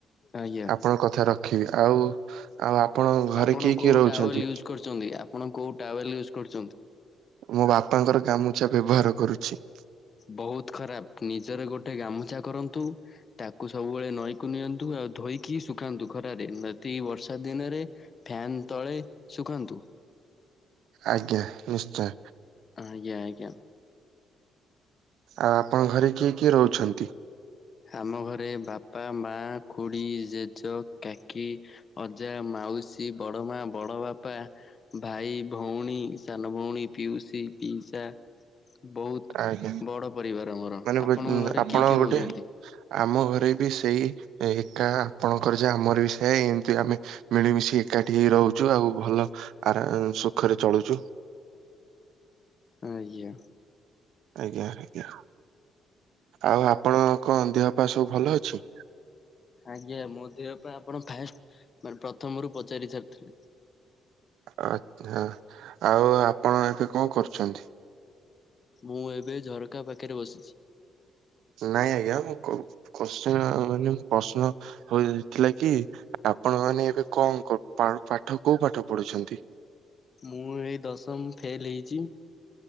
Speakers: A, on the left; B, on the right.
A: ଆଜ୍ଞା।
B: ଆପଣଙ୍କ କଥା ରଖିବି ଆଉ। ଆଉ ଆପଣ ଘରେ
A: ଆପଣ
B: କିଏ
A: କୋଉ
B: କିଏ ରହୁଛନ୍ତି।
A: ଟାୱେଲ ୟୁଜ ଆପଣ କୋଉ ଟାୱେଲ ୟୁଜ୍ କରୁଛନ୍ତି।
B: ମୋ ବାପାଙ୍କର ଗାମୁଛା ବ୍ୟବହାର କରୁଛି।
A: ବହୁତ୍ ଖରାପ୍ ନିଜର ଗୋଟେ ଗାମୁଛା କରନ୍ତୁ ତାକୁ ସବୁବେଳେ ନଈକୁ ନିଅନ୍ତୁ ଆଉ ଧୋଇ କି ଶୁଖାନ୍ତୁ ଖରାରେ ନ ଦି ବର୍ଷା ଦିନରେ ଫ୍ୟାନ୍ ତଳେ ଶୁଖାନ୍ତୁ।
B: ଆଜ୍ଞା ନିଶ୍ଚୟ।
A: ଆଜ୍ଞା- ଆଜ୍ଞା।
B: ଆଉ ଆପଣଙ୍କ ଘରେ କିଏ କିଏ ରହୁଛନ୍ତି?
A: ଆମ ଘରେ ବାପା, ମା, ଖୁଡ଼ି, ଜେଜ, କାକି ଅଜା, ମାଉସୀ, ବଡ ମା, ବଡ ବାପା ଭାଇ, ଭଉଣୀ, ସାନ ଭଉଣୀ, ପିଉସୀ ପିଇସା ବହୁତ୍
B: ଆଜ୍ଞା
A: ବଡ଼ ପରିବାର ଆମର।
B: ମାନେ ଗୋ-
A: ଆପଣଙ୍କ ଘରେ
B: ଆପଣ
A: କିଏ କିଏ
B: ଗୋଟେ
A: ରହୁଚନ୍ତି?
B: ଆମ ଘରେ ବି ସେଇ ଏକା ଆପଣଙ୍କର ଯାହା ଆମର ବି ସେୟା ଏମିତି ଆମେ ମିଳିମିଶି ଏକାଠି ହେଇ ରହୁଚୁ ଆଉ ଭଲ ଆରା ସୁଖରେ ଚଳୁଚୁ।
A: ଆଜ୍ଞା।
B: ଆଜ୍ଞା- ଆଜ୍ଞା ଆଉ ଆପଣ କଣ ଦେହପା ସବୁ ଭଲ ଅଛି?
A: ଆଜ୍ଞା ମୋ ଦେହ ପା ଆପଣ ଫାଷ୍ଟ୍ ପ୍ରଥମରୁ ପଚାରି ସାରିଥିଲେ।
B: ଆଛା -ଆଉ ଆପଣ ଏବେ କଣ କରୁଚନ୍ତି?
A: ମୁଁ ଏବେ ଝରକା ପାଖରେ ବସିଚି।
B: ନାଇଁ ଆଜ୍ଞା ମୁଁ କୁ କୋଶ୍ଚିନ୍ ମାନେ ପ୍ରଶ୍ନ ହୋଉଥିଲା କି ଆପଣ ମାନେ ଏବେ କଣ କଣ ପାଠ କୋଉ ପାଠ ପଢୁଛନ୍ତି?
A: ମୁଁ ଏଇ ଦଶମ ଫେଲ୍ ହେଇଚି।